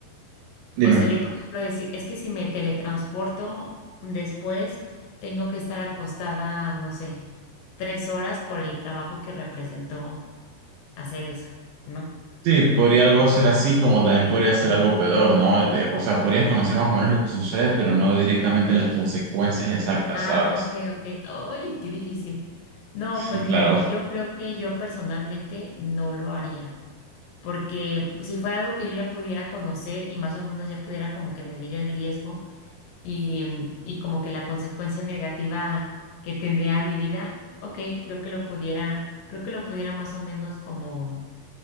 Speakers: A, on the right (about 80°); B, on the left (about 75°).
A: Dime.
B: O sea, yo, por ejemplo, decir, es que si me teletransporto después, tengo que estar acostada, no sé, tres horas por el trabajo que representó hacer eso, ¿no?
A: Sí, podría algo ser así, como también podría
B: Ok.
A: ser algo peor, ¿no? De- o sea, podrías conocer más o menos lo que sucede, pero no directamente las consecuencias exactas,
B: Ah,
A: ¿sabes?
B: ok, ok. ¡Ay, qué difícil! No,
A: <laughs>
B: pues
A: Claro,
B: mira, yo creo que yo personalmente no lo haría, porque si fuera algo que yo ya pudiera conocer y más o menos ya pudiera como que medir el riesgo. y, y como que la consecuencia negativa que tendría a mi vida, ok, creo que lo pudiera, creo que lo pudiera más o menos como,